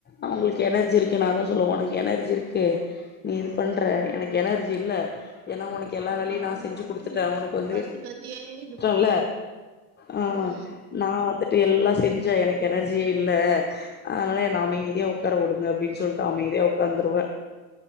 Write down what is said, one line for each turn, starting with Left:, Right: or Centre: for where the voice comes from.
Left: அவுங்களுக்கு எனர்ஜி இருக் நா அதா சொல்லுவ உனக் எனர்ஜி இருக்கு நீ இது பண்ற எனக் எனர்ஜி இல்ல ஏன்னா உனக்கு எல்லா வேலையு
Right: ஆமா
Left: நா செஞ்சு குடுத்துட்ட உனக்கு வந்து
Right: கத்தி
Left: ஷ்டோ
Right: கத்தியே இது போயிரு
Left: இல்ல அ
Right: ம்
Left: நா வந்துட்டு எல்லா செஞ்ச எனக்கு எனர்ஜியே இல்ல அதனால நா
Right: ஆமா
Left: அமைதியா உக் காரவுடுங்க அப்டின் சொல்ட்டு அமைதியா உக்காந்துருவ